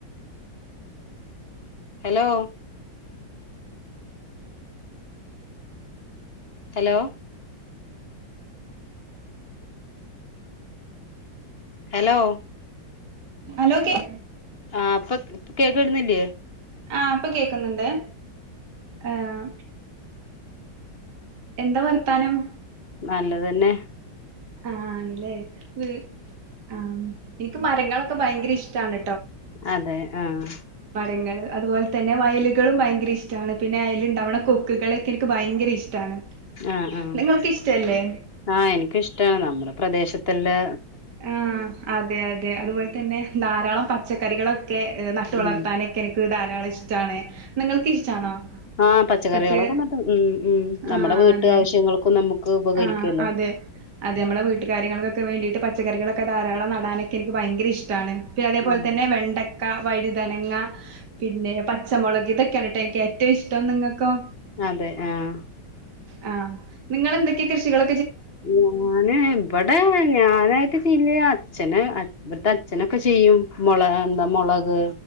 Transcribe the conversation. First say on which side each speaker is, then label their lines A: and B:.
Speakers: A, on the left; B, on the right.
A: hello hello hello
B: hello കേക്ക്
A: ആഹ് ഇപ്പൊ ക് കേക്കുന്നില്ലേ?
B: ആഹ് ഇപ്പൊ കേക്കുന്നുണ്ട് ആഹ് എന്താ വർത്താനം?
A: നല്ലത് തന്നെ
B: ആഹ് ആണ് ല്ലേ വ് ആഹ് എനിക്ക് മരങ്ങളൊക്കെ ഭയങ്കര ഇഷ്ട്ടാണ്
A: അതെ ആഹ
B: ങ്ങൾ അതുപോലെ തന്നെ വയലുകളും ഭയങ്കര ഇഷ്ടാണ് പിന്നെ അയലുണ്ടാവണ കൊക്കുകളൊക്കെ എനിക്ക് ഭയങ്കര ഇഷ്ടാണ്.
A: ആഹ ആഹ
B: നിങ്ങൾക്ക് ഇഷ്ടല്ലേ
A: ആഹ എനക്കിഷ്ടാണ് നമ്മുടെ പ്രദേശത്തിലെ.
B: ആഹ അതെ അതെ അതുപോലെ തന്നെ ധാരാളം പച്ചക്കറികളൊെ. ക്കെ നട്ട
A: ഉം
B: വളർത്താനൊക്കെ എനിക്ക് ധാരാളം ഇഷ്ടാണ് നിങ്ങൾക്ക് ഇഷ്ടാണോ.
A: ആഹ് പച്ചക്കറികളൊക്കെ
B: പച്ച
A: നട്ട് ഉം ഉം നമ്മുടെ
B: ആഹ്
A: വീട്ട
B: അതെ
A: ആവശ്യങ്ങൾക്കും നമുക്ക് ഉപകരിക്കല്ലോ.
B: ആഹ് അതെ അതെ നമ്മെ വീട്ടുകാര്യങ്ങൾക്കൊക്കെ വേണ്ടിട്ട്. പച്ചക്കറികളൊക്കെ ധാരാളം നടാനൊക്കെ എനിക്ക് ഭയങ്കര ഇഷ്ടാണ് പിന്നെ അതേപലെ
A: ഉം
B: തന്നെ വെണ്ട. ക്ക വഴുതനങ്ങ പിന്നെ പച്ചമുളക് ഇതൊക്കെയാണ് ട്ടോ എനിക്ക് ഏറ്റും ഇഷ്ടം നിങ്ങൾക്കോ.
A: അതെ ആ
B: ആ നിങ്ങൾ എന്തൊക്കെയ കൃഷികള.
A: ഞാന് ഇവിടെ ഞാൻ. നായിട്ട് ചെയ്ല്ലേ അച്ഛന് ഇവിടത്തെ അച്ഛനൊക്കെ ചെയ്യും മൊളഎന്താ മൊളക്.